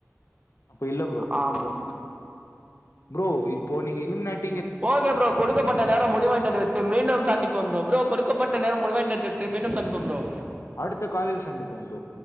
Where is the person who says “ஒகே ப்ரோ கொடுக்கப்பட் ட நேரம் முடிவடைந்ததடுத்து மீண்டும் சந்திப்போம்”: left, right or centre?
Right